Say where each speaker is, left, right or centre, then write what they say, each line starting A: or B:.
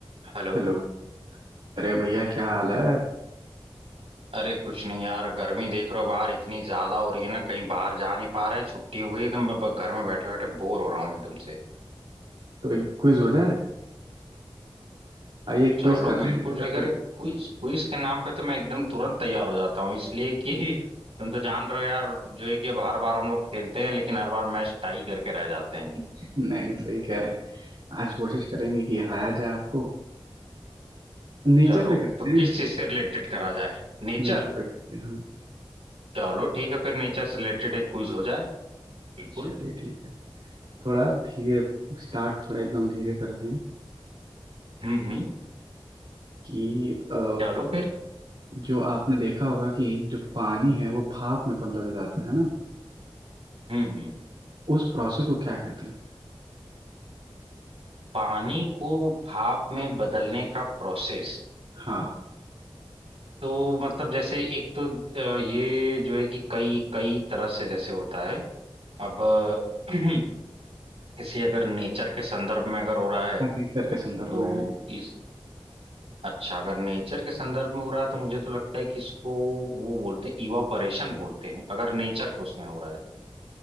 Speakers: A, on the right (about 80°); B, on the right (about 60°).
A: Hello
B: Hello अरे भैया क्या हाल है
A: अरे कुछ नहीं यार गर्मी देख रहे हो बाहर इतनी ज्यादा हो रही है ना कहीं बाहर जा नहीं पा रहे हैं छुट्टी हो गई एकदम मैं ब- घर में बैठे बैठे बोर हो रहा हूँ एकदम से
B: तो एक क्विज हो जाए आइए
A: चलो
B: क्विज करते
A: बिल्कुल
B: हैं नेचर
A: जो अगर
B: पे
A: क्विज क्विज के नाम पे तो मैं एकदम तुरंत तैयार हो जाता हूँ इसलिए कि <laughs> तुम तो जान रहे हो यार जो है कि हर बार हम लोग खेलते हैं लेकिन हर बार मैच टाई करके रह जाते हैं
B: <laughs> नहीं नहीं सही कह रहे हैं आज कोशिश करेंगे कि हराया जाए आपको नेचर
A: चलो
B: पे करते
A: तो
B: हैं
A: किस चीज से रिलेटेड करा जाए नेचर
B: नेचर पे करते हैं हाँ
A: चलो ठीक है फिर नेचर से रिलेटेड एक क्विज हो जाए बिल्कुल
B: चलिए ठीक है थोड़ा धीरे स्टार्ट थोड़ा एकदम धीरे करते हैं
A: हम्म हम्म
B: कि अ,
A: चलो फिर
B: जो आपने देखा होगा कि जो पानी है वो भाप में बदल जाता है ना
A: हम्म हम्म
B: उस प्रोसेस को क्या कहते हैं
A: पानी को भाप में बदलने का प्रोसेस
B: हाँ
A: तो मतलब जैसे एक तो अ, ये जो है कि कई कई तरह से जैसे होता है अब अ, <clears throat> किसी अगर नेचर के संदर्भ में अगर हो रहा है
B: हाँ नेचर के संदर्भ
A: तो
B: में है
A: इस अच्छा अगर नेचर के संदर्भ में हो रहा है तो मुझे तो लगता है कि इसको वो बोलते हैं इवापोरेशन बोलते हैं अगर नेचर को उसमें हो रहा है तो